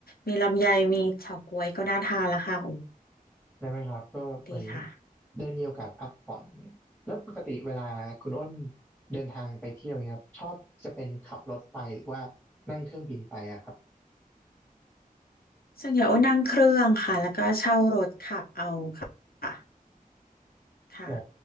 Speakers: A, on the left (about 80°); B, in the centre.
A: มีลำไยมีเฉาก๊วยก็น่าทานแล้วค่ะโอ้
B: ได้ไหมครับก็เหมือน
A: ดีค่ะ
B: ได้มีโอกาสพักผ่อนเนี่ยแล้วปกติเวลาคุณอ้นเดินทางไปเที่ยวเนี่ยครับชอบจะเป็นขับรถไปหรือว่านั่งเครื่องบินไปอะครับ
A: ส่วนใหญ่โอ้นั่งเครื่องค่ะแล้วก็เช่ารถขับเอาค่ะค่ะ
B: อ๋อ